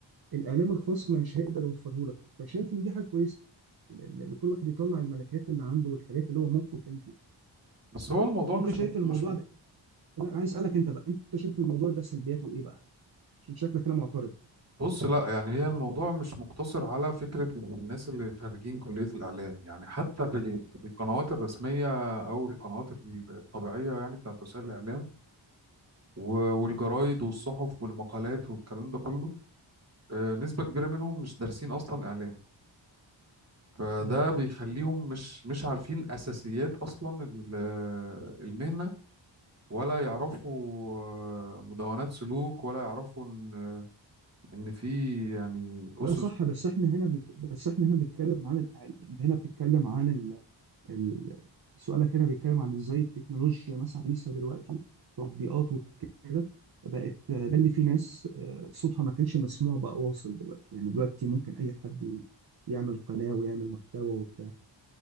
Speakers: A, on the right; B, on the right.
A: الاعلام الخاص مش هيقدر يوفره لك فشايف ان دي حاجه كويسه ال- ال- لكل واحد يطلع الملكات اللي عنده والحاجات اللي هو ممكن يتكلم فيها
B: بس هو الموضوع
A: انت
B: مش
A: شايف
B: م...
A: الموضوع
B: مش
A: ده لا انا عايز اسالك انت بقى انت شايف الموضوع ده سلبياته ايه بقى عشان شكلك كده معترض
B: بص لا يعني هي الموضوع مش مقتصر على فكرة الناس اللي خارجين كلية الإعلام يعني حتى في في القنوات الرسمية أو القنوات الطبيعية يعني بتاعت وسائل الإعلام و- والجرايد والصحف والمقالات والكلام ده كله آه، نسبة كبيرة منهم مش دارسين أصلا إعلام فده
A: امم
B: بيخليهم مش مش عارفين أساسيات أصلا ال- آه، المهنة ولا يعرفوا آه، مدونات سلوك ولا يعرفوا إن إن في يعني أسس
A: ده صح بس احنا هنا بك... بس احنا هنا بنتكلم عن الاعلام انت هنا بتتكلم عن ال... ال- سؤالك هنا بيتكلم عن ازاي التكنولوجيا مثلا لسه دلوقتي تطبيقات وكده بقت ده اللي في ناس آه، صوتها ما كانش مسموع بقى واصل دلوقتي يعني دلوقتي ممكن اي حد ي- يعمل قناة ويعمل محتوى وبتاع